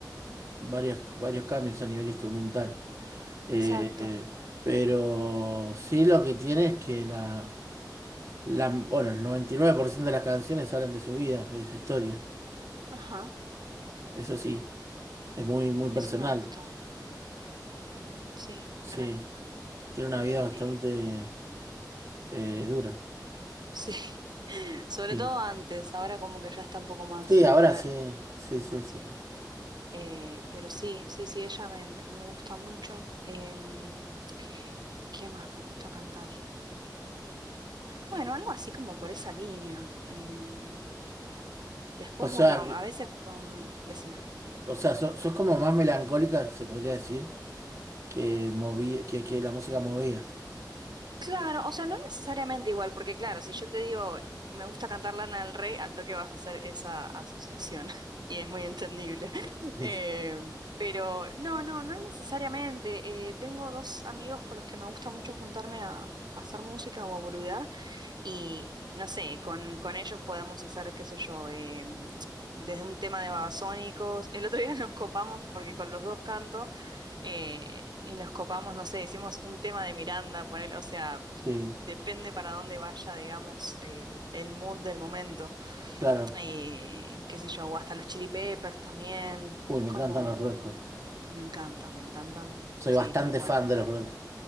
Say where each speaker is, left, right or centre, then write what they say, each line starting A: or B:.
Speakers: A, on the right; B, on the right.
A: varias, varios cambios a nivel instrumental. Eh,
B: exacto.
A: eh, pero sí lo que tiene es que la, la, bueno, el 99% de las canciones hablan de su vida, de su historia.
B: Ajá,
A: Eso sí, es muy, muy personal.
B: eso me gusta también, sí,
A: Sí,
B: re.
A: tiene una vida bastante
B: eh,
A: eh, dura.
B: Sí, <laughs> sobre
A: Sí.
B: todo antes, ahora como que ya está un poco más
A: Sí,
B: mujer,
A: ahora sí, sí, sí,
B: más.
A: sí.
B: Eh, pero sí, sí, sí, ella me, me me gusta mucho. Em, ¿qué más me gusta cantar? Bueno, algo así como por esa línea. Em, después,
A: O sea,
B: bueno,
A: que-
B: a veces con... Decime.
A: o sea, so- sos como más melancólica, se podría decir, que moví, que, que la música movía.
B: Claro, o sea, no necesariamente igual, porque claro, si yo te digo, me gusta cantar Lana del Rey, al toque vas a hacer esa asociación <laughs> y es muy entendible. <laughs>
A: Sí,
B: Eh, pero no, no, no necesariamente. Eh, tengo dos amigos con los que me gusta mucho juntarme a, a hacer música o a boludear y no sé, con, con ellos podemos hacer, qué sé yo, eh, desde un tema de babasónicos. El otro día <laughs> nos copamos porque con los dos canto eh, y nos copamos, no sé, hicimos un tema de Miranda, poner, o sea
A: sí,
B: depende para dónde vaya, digamos, el, el mood del momento.
A: claro.
B: Eh, qué sé yo, o hasta los Chili Peppers también.
A: Uy,
B: Es
A: me
B: como,
A: encantan los Red Hot.
B: me encanta, me encantan.
A: Soy
B: Sí,
A: bastante
B: tal cual.
A: fan de los Radiohead.